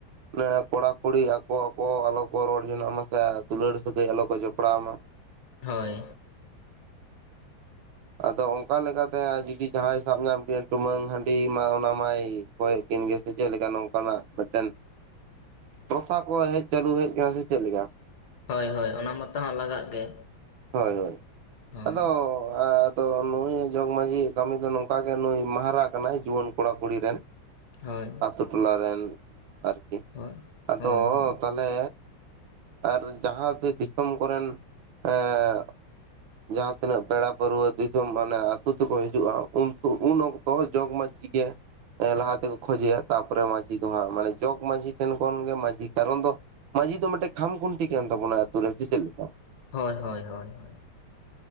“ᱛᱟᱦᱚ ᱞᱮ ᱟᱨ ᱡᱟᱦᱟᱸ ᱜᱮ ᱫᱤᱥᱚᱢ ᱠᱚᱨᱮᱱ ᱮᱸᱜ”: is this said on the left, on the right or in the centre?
Right